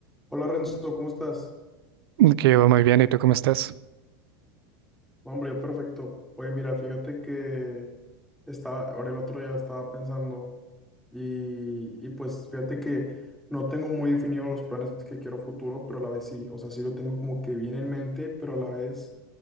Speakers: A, in the centre; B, on the right.
A: Hola Renzo, ¿cómo estás?
B: Que va muy bien, ¿y tú cómo estás?
A: No, Hombre, yo perfecto. Oye, mira, fíjate que estaba, ahora el otro día estaba pensando y, y pues fíjate que no tengo muy definidos los planes que quiero a futuro, pero a la vez sí, o sea, sí lo tengo como que bien en mente, pero a la vez